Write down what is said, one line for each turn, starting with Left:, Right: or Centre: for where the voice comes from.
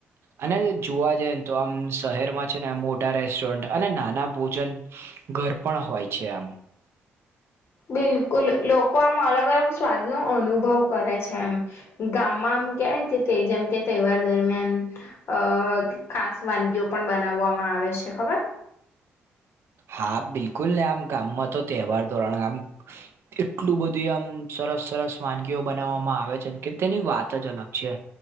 Right: અને જોવા જયે ન તો આમ શહેરમાં છેને આમ મોટા રેસ્ટોરન્ટ અને નાના ભોજન ઘર પણ હોય છે આમ
Left: બિલકુલ લોકો આમ અલગ-અલગ સ્વાદનો અનુભવ કરે છે એમ. ગામમાં આમ કેવાય ન કે તે જેમ કે તહેવાર દરમિયાન અ ખાસ વાનગીઓ પણ બનાવવામાં આવે છે ખબર?
Right: હા બિલકુલને આમ ગામમાં તો તહેવાર ધોરણ આમ એટલું બધી આમ સરસ-સરસ વાનગીઓ બનાવવામાં આવે છે કે તેની વાત જ અલગ છે.